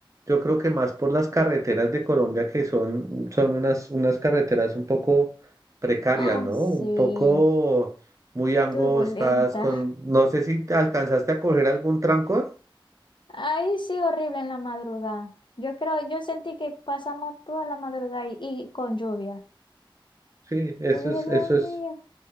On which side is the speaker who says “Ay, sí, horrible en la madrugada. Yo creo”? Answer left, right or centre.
Left